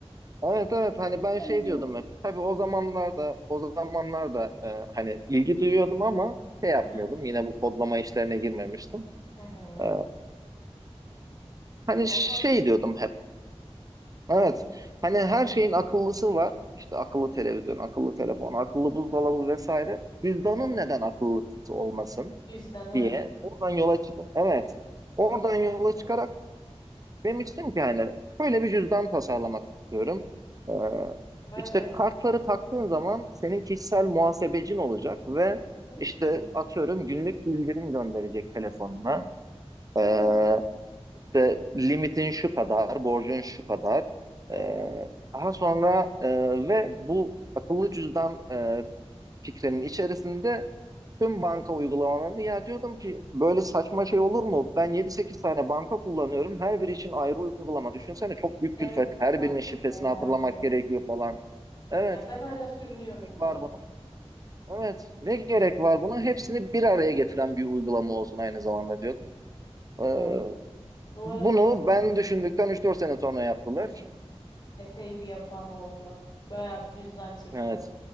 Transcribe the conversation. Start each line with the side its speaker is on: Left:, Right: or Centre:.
Right: evet evet hani
Left: Cidden
Right: ben şey
Left: mi
Right: diyordum
Left: ya?
Right: hep. Tabii o zamanlarda o zamanlarda e, hani ilgi duyuyordum ama şey yapmıyordum.
Left: Hı hı.
Right: Yine bu kodlama işlerine girmemiştim.
Left: Hı hı.
Right: E, Hani
Left: Vallahi
Right: şey
Left: çok
Right: diyordum
Left: iyi.
Right: hep. Evet. Hani her şeyin akıllısı var. İşte akıllı
Left: Hı hı.
Right: televizyon, akıllı telefon, akıllı buzdolabı vesaire. Cüzdanın
Left: Evet.
Right: neden akıllısı olmasın
Left: Cüzdanın.
Right: diye oradan
Left: Hı.
Right: yola çıkıp evet.
Left: Çok
Right: Oradan
Left: mantıklı.
Right: yola çıkarak demiştim ki hani böyle bir cüzdan tasarlamak istiyorum. Ee,
Left: Vay
Right: işte
Left: be.
Right: kartları taktığın zaman senin kişisel muhasebecin olacak ve
Left: Hı
Right: işte
Left: hı. hı.
Right: atıyorum günlük bildirim gönderecek telefonuna.
Left: Allah.
Right: Ee, işte limitin şu kadar, borcun şu kadar.
Left: Evet.
Right: Ee, daha sonra e, ve bu akıllı cüzdan e, fikrinin içerisinde tüm banka uygulamalarını ya diyordum ki böyle saçma şey olur mu? Ben yedi sekiz tane banka kullanıyorum. Her biri için ayrı uygulama. Düşünsene çok büyük
Left: Evet
Right: külfet. Her
Left: var.
Right: birinin şifresini
Left: Felaket.
Right: hatırlamak gerekiyor falan. Evet,
Left: Ya ben hala sürünüyorum
Right: gerek
Left: bu
Right: var
Left: arada.
Right: buna. Evet, ne gerek var buna? Hepsini bir araya getiren bir uygulama olsun aynı zamanda diyor. Ee,
Left: Ya bu
Right: bunu
Left: arada çok mantıklı.
Right: ben düşündükten üç dört sene sonra yaptılar.
Left: Aynen. Epey bir yapan oldu. Bayağı bir cüzdan çıktı.
Right: Evet.